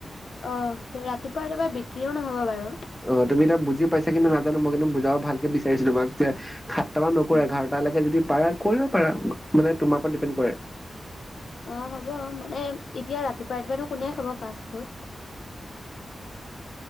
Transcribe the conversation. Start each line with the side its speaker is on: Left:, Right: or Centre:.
Left: অহ, সেই ৰাতিপুৱা - ৰাতিপুৱা বিক্ৰীও নহব বাৰু।
Centre: অ ', তুমি এতি়য়া বুজি পাইছা কিন্তু নাজানো মই কিন্তু বুজাব ভালকে বিচাৰিছিলো তোমাক যে, <unintelligible>
Left: উম,
Centre: পাৰা কৰিব পাৰা মানে তোমাৰ ওপৰত ডিপেণ্ড কৰে।
Left: অ হ'ব মানে এতিয়া ৰাতিপুৱা ৰাতিপুৱানো কোনে খাব ফাষ্টফুড?